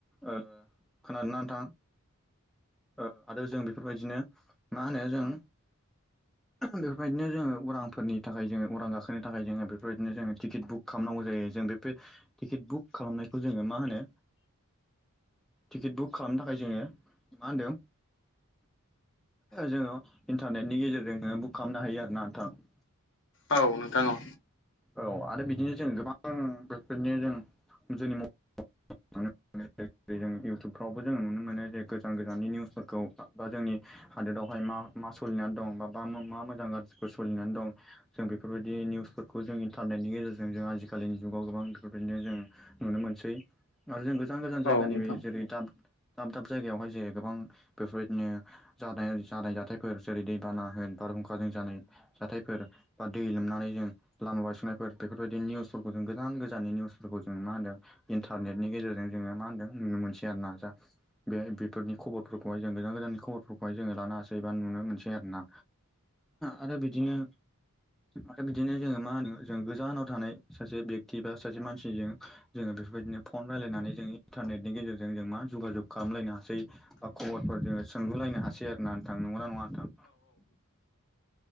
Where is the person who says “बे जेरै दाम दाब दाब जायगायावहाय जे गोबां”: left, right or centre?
Centre